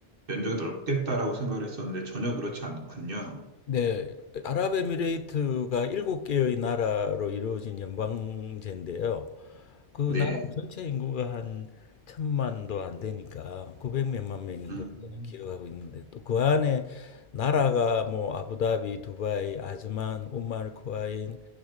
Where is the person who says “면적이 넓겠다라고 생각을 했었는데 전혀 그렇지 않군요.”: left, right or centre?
Right